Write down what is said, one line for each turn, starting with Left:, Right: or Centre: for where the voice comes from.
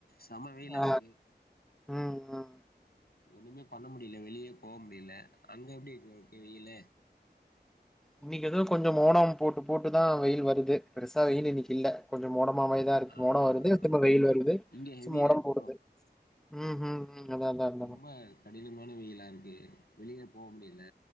Left: சம வெயிலா
Centre: ஆ
Left: இருக்கு
Centre: ம் ம்
Left: ஒண்ணுமே பண்ண முடியல வெளியே போக முடியல அங்க எப்டி இரு இருக்கு வெயில
Centre: இன்னைக்கு ஏதோ கொஞ்ச மோனம் போட்டு போட்டுதா வெயில் வருது பெருசா வெயில் இன்னைக்கு இல்ல கொஞச மோ மாவதா இருக்கு
Left: ஆ
Centre: மோட
Left: ஆ
Centre: வருது தும்ப
Left: ஆ
Centre: வெயில் வருது
Left: இங்க ஹெவியா
Centre: ச மோட
Left: இருக்கு
Centre: போடுது
Left: ப்ரோ
Centre: ம் ம் ம் அதா அதா அதா
Left: ரொம்ப கடினமான வெயிலா இருக்கு வெளியில போக முடியல